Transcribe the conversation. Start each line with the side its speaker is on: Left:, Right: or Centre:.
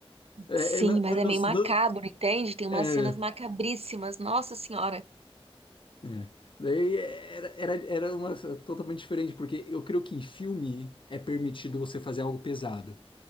Left: É,
Right: Sim,
Left: é, não-
Right: mas
Left: eu
Right: é
Left: não-
Right: meio macabro,
Left: não-
Right: entende? Tem umas
Left: é,
Right: cenas macabríssimas, nossa senhora.
Left: É. Daí é, era, era, era uma totalmente diferente, porque eu creio que em filme é permitido você fazer algo pesado,